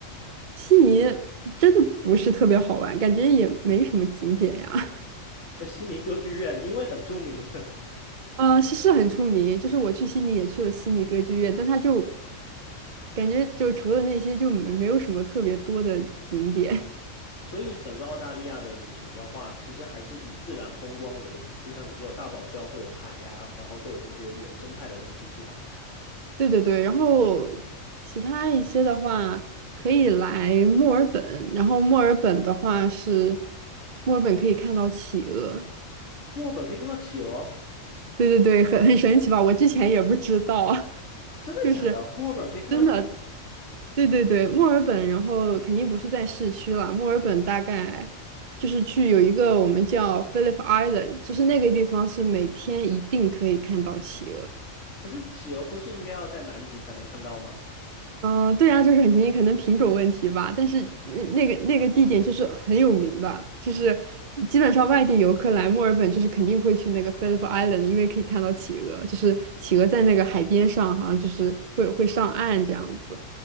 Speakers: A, on the right; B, on the left.
A: 悉尼真的不是特别好玩，感觉也没什么景点呀。
B: 呃悉尼歌剧院因为很出名，
A: <laughs> 呃，是是很出名，就是我去悉尼也去了悉尼歌剧院，但它就感觉就除了那些就没没有什么特别多的景点。
B: <laughs> 所以整个澳大利亚的旅行的话，其实还是以自然风光为主。就像你说的，大堡礁会有海呀、然后会有那些原生态的东西，是吧？
A: 对对对，然后其他一些的话可以来墨尔本，然后墨尔本的话是墨尔本可以看到企鹅，
B: 墨尔本可以看到企鹅，
A: 对对对，很很神奇吧？我之前也不知道，<laughs>
B: 真的假的？
A: 就是
B: 墨尔本可以看到企，
A: 真的，对对对，墨尔本，然后肯定不是在市区了，墨尔本大概就是去有一个我们叫 Phillip Island，就是那个地方是每天一定可以看到企鹅。
B: 可是企鹅不是应该要在南极才能看到吗？
A: 嗯，对啊，就是很神奇，可能品种问题吧。但是呃那个那个地点就是很有名的，就是基本上外地游客来墨尔本，就是肯定会去那个 Phillip Island，因为可以看到企鹅，就是企鹅在那个海边上，好像就是会会上岸这样子。